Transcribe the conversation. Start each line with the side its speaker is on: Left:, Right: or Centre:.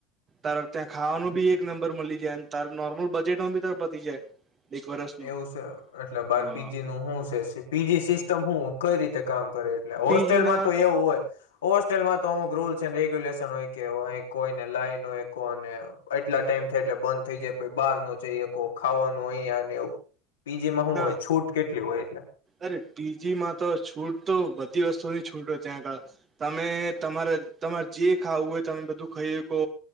Right: તાર ત્યાં ખાવાનું બી એક નંબર મલી જાયને તાર નોર્મલ બજેટમાં બી તાર પતી જાય એક વર્ષનું
Left: એવું છે એટલે બાર
Right: હા
Left: પીજી નું હું સે પીજી સિસ્ટમ હું કઈ રીતે કામ કરે એટલે હોસ્ટેલમાં
Right: પીજી ના
Left: તો એવું હોય હોસ્ટેલમાં તો અમુક રૂલ્સ એન રેગ્યુલેશન હોય કે અહીં કોઈને લાઈન હોય કોને એટલા ટાઈમ એટલે બંધ થઈ જાય બહાર ન જ ખાવાનું અહીયા પીજીમાં શું
Right: ના
Left: હોય છૂટ કેટલી હોય એટલે
Right: અરે પીજી માં તો છૂટ તો બધી વસ્તુની છૂટ હોય ત્યાં આગળ તમે તમારે તમારે જે ખાવું હોય તમે બધું ખાઈ શકો